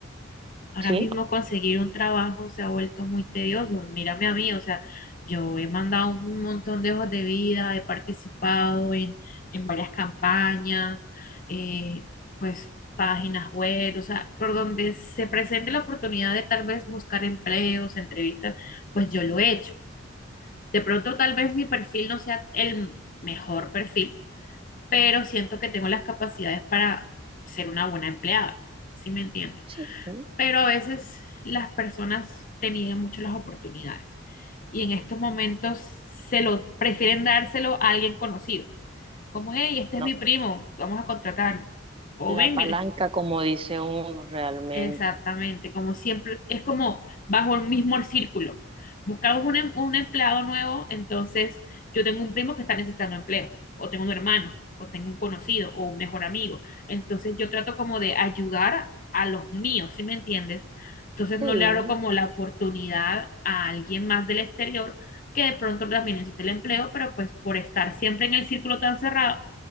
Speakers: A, on the left; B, on the right.
A: ahora
B: sí,
A: mismo conseguir un trabajo se ha vuelto muy tedioso. Mírame a mí, o sea, yo he mandado un montón de hojas de vida, he participado en, en varias campañas, eh, pues páginas web, o sea, por donde se presente la oportunidad de tal vez buscar empleos, entrevistas, pues yo lo he hecho. De pronto tal vez mi perfil no sea el mejor perfil, pero siento que tengo las capacidades para ser una buena empleada, ¿sí me entiendes?
B: sí, sí,
A: Pero a veces las personas te niegan mucho las oportunidades y en estos momentos se lo prefieren dárselo a alguien conocido, como, hey, este
B: no.
A: es mi primo, vamos a contratarlo. O
B: La
A: ven,
B: palanca,
A: mire,
B: como dice uno realmente.
A: Exactamente, como siempre, es como bajo el mismo círculo. Buscamos un, em- un empleado nuevo, entonces yo tengo un primo que está necesitando empleo, o tengo un hermano, o tengo un conocido, o un mejor amigo. Entonces yo trato como de ayudar a los míos, ¿sí me entiendes? Entonces
B: Sí,
A: no le abro como la oportunidad a alguien más del exterior que de pronto también necesita el empleo, pero pues por estar siempre en el círculo tan cerrado,